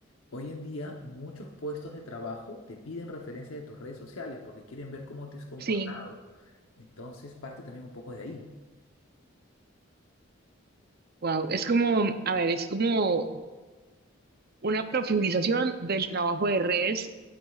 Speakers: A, on the left (about 85°); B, on the right (about 50°).
A: hoy en día muchos puestos de trabajo te piden referencia de tus redes sociales porque quieren ver cómo te has comportado.
B: Sí,
A: Entonces parte también un poco de ahí.
B: wow, es como, a ver, es como una profundización del trabajo de redes